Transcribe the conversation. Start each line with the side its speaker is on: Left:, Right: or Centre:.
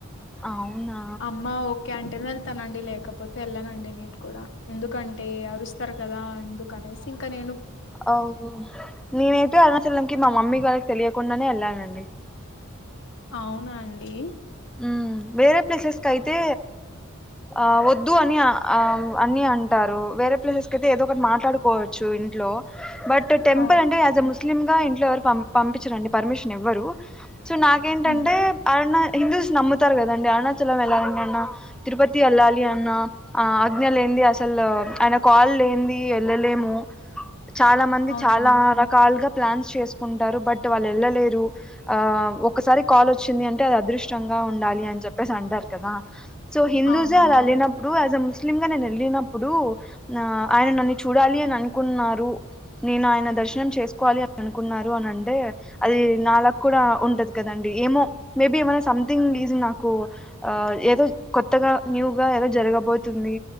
Centre: అవునా
Left: అమ్మ ఓకే ఆంటే న తనండి లేకపోతే వెళ్ళానండి నేను కూడా ఎందుకంటే అరుస్తారు కదా అందు కనీసి ఇంకా నేను
Centre: ఓ నేనైయితే అరుణాచలంకి మా మమ్మీ గారికి తెలియకుండానే వెళ్ళానండి
Left: అవునా అండి
Centre: ఉమ్ వేరే ప్లేసెస్ క అయితే ఆ వద్దు అని అని అంటారు వేరే ప్లేసెస్ అయితే ఏదో ఒకటి మాట్లాడుకోవచ్చు ఇంట్లో బట్ టెంపుల్
Left: అవును
Centre: అంట యాస్ ఎ ముస్ స్లిమ్ గా ఇంట్లో ఎవరు పంపించరండి పర్మిషన్ ఇవ్వరు సో నాకేంటంటే
Left: ఉమ్
Centre: అరుణ హిందుస్ నమ్ తారు కదండి అరుణాచలం వెళ్ళాలండి అన్నా తిరుపతి వెళ్ళాలి అన్నా ఆ అజ్ఞ లే ఏంది అసలు ఆయన కాల్ లేనిది వెళ్ళలేము చాలా మంది
Left: అవునండి
Centre: చాలా రకాలుగా ప్లాన్స్ చేసుకుంటారు బట్ వాళ్ళు వెళ్ళలేరు ఆ ఒకసారి కాల్ వచ్చింది అంటే అది అదృష్టంగా ఉ ఉండాలి చెప్పే సంటారుకదా సో హిందూసే
Left: అవునండి
Centre: అలెల్లినప్పుడు ముస్ ముస్లిం గా నేను వెళ్ళినప్పుడు ఆ ఆయన నన్ను చూడాలి అని అనుకున్నారు నేను ఆయన దర్శనం చేసుకోవాలి అని అనుకున్నారు అని అంటే అది నా లక్ కూడా ఉంటది కదండి ఏమో మేబి ఏమైనా సంథింగ్ నాకు ఆ ఏదో కొత్తగా న్యూగా ఏదో జరగబోతుంది